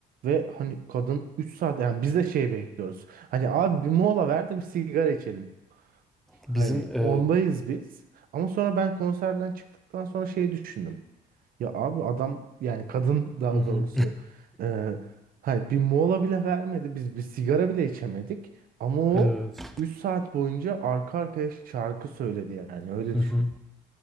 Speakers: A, on the right; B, in the centre.
A: Ve hani kadın üç saat yani biz de şey bekliyoruz. Hani abi bir mola ver de bir sigara içelim. Hani
B: Bizim e,
A: ondayız biz. Ama sonra ben konserden çıktıktan sonra şey düşündüm. Ya abi adam yani kadın daha
B: hı hı,
A: doğrusu e, hani bir mola bile vermedi. Biz bir sigara bile içemedik. Ama o
B: evet.
A: 3 saat boyunca arka arkaya şarkı söyledi yani öyle
B: Hı
A: düşün.
B: hı.